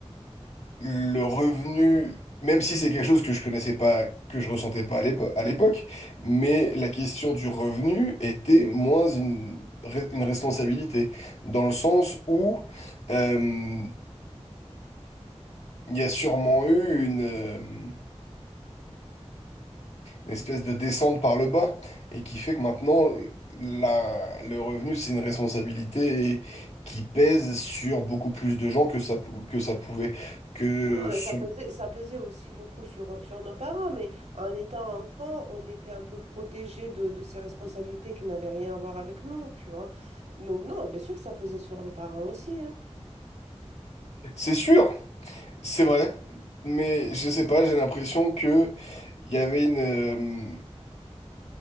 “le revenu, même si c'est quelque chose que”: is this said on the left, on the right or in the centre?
Left